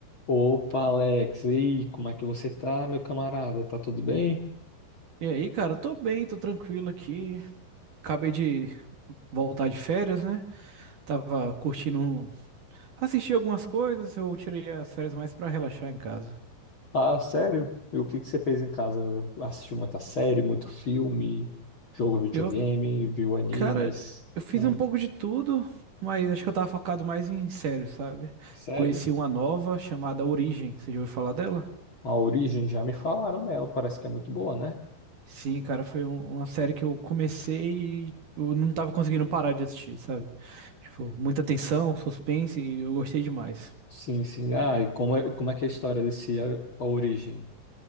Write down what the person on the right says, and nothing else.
E aí, cara, tô bem, tô tranquilo aqui. Acabei de voltar de férias, né? Tava curtindo, um- assisti algumas coisas, eu tirei as férias mais pra relaxar em casa.
Eu,
cara, eu fiz
um pouco de tudo, mas acho que eu tava focado mais em séries, sabe?
Conheci uma nova chamada Origem, você já ouviu falar dela?
Sim, cara, foi um- uma série que eu comecei e eu não tava conseguindo parar de assistir, sabe? Tipo, muita tensão, suspense e eu gostei demais.